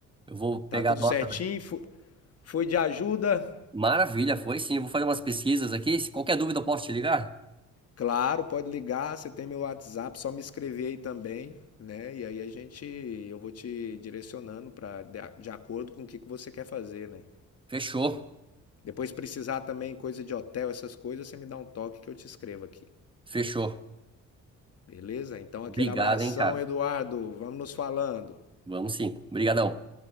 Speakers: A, on the right; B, on the left.
A: eu vou pegar
B: Tá tudo
A: a nota.
B: certinho? Fu- Fui de ajuda?
A: Maravilha, foi sim. Eu vou fazer umas pesquisas aqui. Se qualquer dúvida, eu posso te ligar?
B: Claro, pode ligar, você tem meu WhatsApp, só me escrever aí também, né? E aí a gente, eu vou te direcionando para de, de acordo com o que que você quer fazer, né?
A: Fechou,
B: Depois se precisar também coisa de hotel, essas coisas, você me dá um toque que eu te escrevo aqui.
A: fechou.
B: Beleza? Então aquele
A: Obrigado,
B: abração,
A: hein, cara.
B: Eduardo. Vamos nos falando.
A: Vamos sim. Obrigadão.